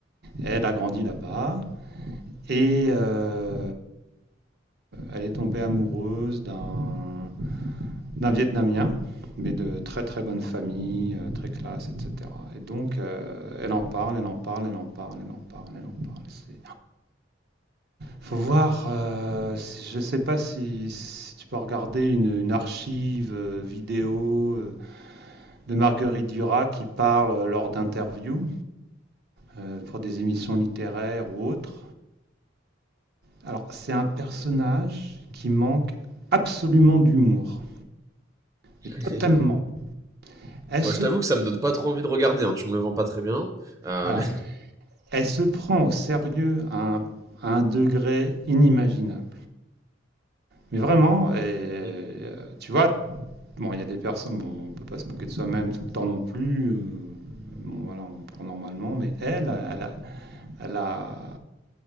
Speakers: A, on the right; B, on the right.
A: Elle a grandi là-bas et euh, elle est tombée amoureuse d'un d'un Vietnamien, mais de très très bonne famille, euh, très classe, etc. Et donc euh, elle en parle, elle en parle, elle en parle, elle en parle, elle en parle. C'est Faut voir, euh, si- je sais pas si, si tu peux regarder une, une archive euh, vidéo euh, de Marguerite Duras qui parle euh, lors d'interviews euh, pour des émissions littéraires ou autres. Alors, c'est un personnage qui manque absolument d'humour,
B: <laughs>
A: et totalement. Elle
B: Moi,
A: se,
B: je t'avoue que ça me donne pas trop envie de regarder, hein. Tu me le vends pas très bien. Heu,
A: voilà, elle se prend au sérieux à un, à un degré inimaginable. Mais vraiment, et, euh,
B: mais <laughs>
A: tu vois, Bon, il y a des personnes, bon, on peut pas se moquer de soi-même tout le temps non plus. euh, bon, voilà, on prend normalement, mais elle, elle a, elle a